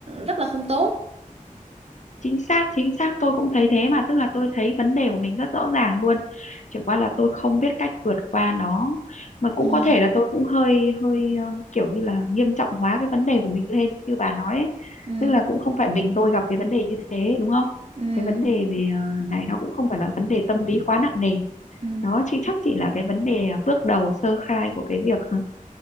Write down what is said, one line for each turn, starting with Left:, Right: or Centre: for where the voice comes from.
Right: rất là không tốt
Left: chính xác chính xác tôi cũng thấy thế mà tức là tôi thấy vấn đề của mình rất rõ ràng luôn chỉ qua là tôi không biết cách vượt qua nó mà cũng
Right: ừ
Left: có thể là tôi cũng hơi hơi ờ, kiểu như là nghiêm trọng hóa cái vấn đề của mình lên như bà nói ấy.
Right: ừ
Left: tức là cũng không phải mình tôi gặp cái vấn đề như thế đúng không
Right: ừ
Left: cái vấn đề về ờ, này nó cũng không phải là vấn đề tâm lý quá nặng nề
Right: ừ
Left: đó chị chắc chỉ là cái vấn đề à, bước đầu sơ khai của cái việc ờ,